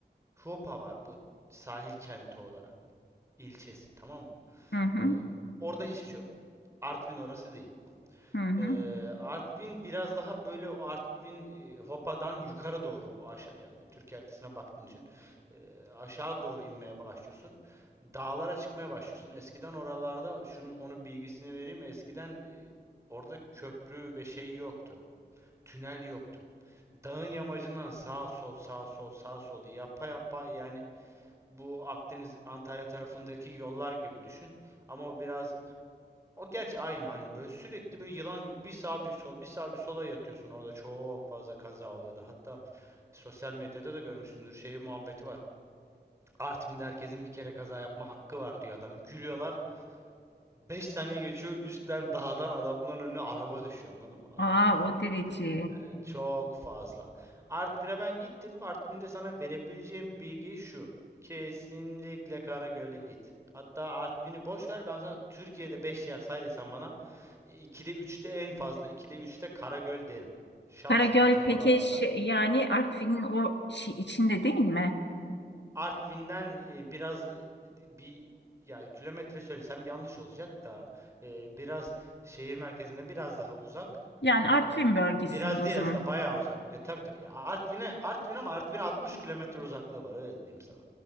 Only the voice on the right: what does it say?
Huopa var bu sahil kenti olarak ilçesi tamam mı?
E, orada hiçbir şey yok. Artvin orası değil.
Eee, Artvin biraz daha böyle o Artvin e, Hopa'dan yukarı doğru bu aşağı yani Türkiye haritasına baktığını düşün. Eee, aşağı doğru inmeye başlıyorsun. Dağlara çıkmaya başlıyorsun. Eskiden oralarda şunu onun bilgisini vereyim. Eskiden e, orada köprü ve şey yoktu. Tünel yoktu. Dağın yamacından sağ sol sağ sol sağ sol yapa yapa yani bu Akdeniz Antalya tarafındaki yollar gibi düşün. Ama o biraz o gerçi aynı aynı böyle sürekli bir yılan gibi bir sağa bir sol bir sağa bir sola yatıyorsun orada çok fazla kaza oluyordu. Hatta sosyal medyada da görmüşsündür şey muhabbeti var. Artvin'de herkesin bir kere kaza yapma hakkı var diyor adam gülüyorlar. beş sene geçiyor üstten dağdan adamların önüne araba düşüyor anladın mı? Adam
kaza
yapmış.
Yani çok fazla. Artvin'e ben gittim. Artvin'de sana verebileceğim bilgi şu. Kesinlikle Karagöl'e git. Hatta Artvin'i boş ver ben sana Türkiye'de 5 yer say desem bana 2'de üçte en fazla 2'de 3'te Karagöl derim. Şavşat'ın
oralarda.
Artvin'den e, biraz e, bir yani kilometre söylesem yanlış olacak da e, biraz şehir merkezine biraz daha uzak.
E,
biraz
değil
aslında bayağı uzak. E, tabii tabii. Ya Artvin'e Artvin ama Artvin'e 60 kilometre uzaklığı var öyle diyeyim sana.